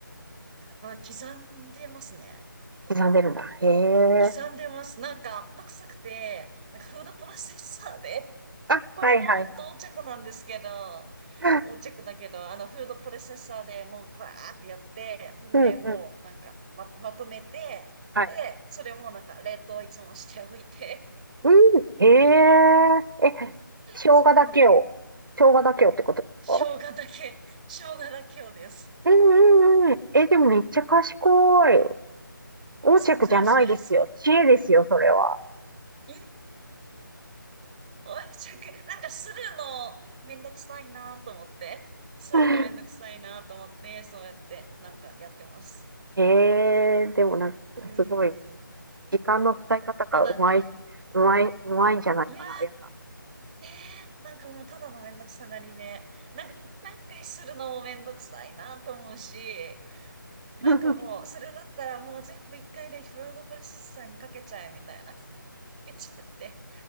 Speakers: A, on the right (about 20°); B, on the right (about 70°).
A: あ、刻んでますね。
B: 刻んでるんだ。へえ。
A: 刻んでます。なんか、めんどくさくて、なんかフードプロセッサーで、
B: あ、
A: これも本当横着なんですけど、
B: はいはいはい。<laughs>
A: 横着だけど、あの、フードプロセッサーでもうガーってやって、んで、
B: うんうん。
A: もうなんか、ま、まとめて、
B: はい。
A: で、それもなんか、冷凍いつもしておいて、
B: うん。へえ。え、生姜だけを、
A: その、
B: 生姜だけをってことですか
A: 生姜だけ、生姜だけをです。
B: うんうんうん。え、でもめっちゃ賢い。横着じゃないですよ。
A: そうなんです。
B: 知恵ですよ、それは。
A: いやおい、しゃく、なんかするのめんどくさいなと思って、するのめんどくさいなと思って、
B: <laughs>
A: そうやってなんかやってます。
B: へーでもなんか、
A: うーん。
B: すごい。時間の使い方がうまい、
A: となんか、
B: うまい、うまいんじゃないかな、
A: いや
B: あやさんって。
A: ー、えー、なんかもうただのめんどくさがりで、なんか一回一回するのもめんどくさいなと思うし、なんかもう、
B: <laughs> うん
A: それだったらもう全部一回でフードプロセッサーにかけちゃえみたいな。<laughs> かけちゃって。